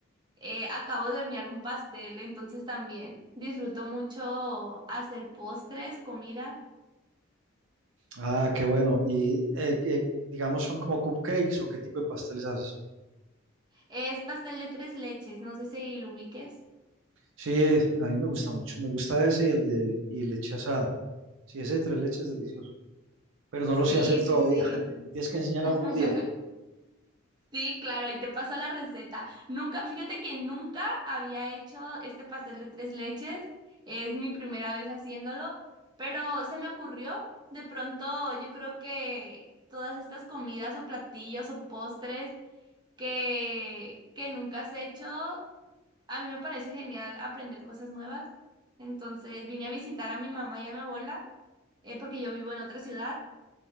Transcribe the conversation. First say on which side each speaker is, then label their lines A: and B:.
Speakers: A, on the right; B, on the right.
A: eh, acabo de hornear un pastel, entonces también disfruto mucho hacer postres, comida.
B: Ah, qué bueno. Y eh, que, digamos, son como cupcakes o qué tipo de pasteles haces.
A: Es pastel de tres leches, no sé si lo ubiques.
B: Sí, a mí me gusta mucho. Me gusta ese y el de y leche asada. Sí, ese de tres leches es delicioso, pero no
A: Sí,
B: lo sé hacer todavía.
A: sí, sí.
B: <laughs> Me tienes que enseñar
A: <laughs>
B: algún día.
A: Sí, claro, ahí te paso la receta. Nunca, fíjate que nunca había hecho este pastel de tres leches. Es mi primera vez haciéndolo, pero se me ocurrió. De pronto, yo creo que todas estas comidas o platillos o postres que, que nunca has hecho, a mí me parece genial aprender cosas nuevas. Entonces vine a visitar a mi mamá y a mi abuela, eh, porque yo vivo en otra ciudad.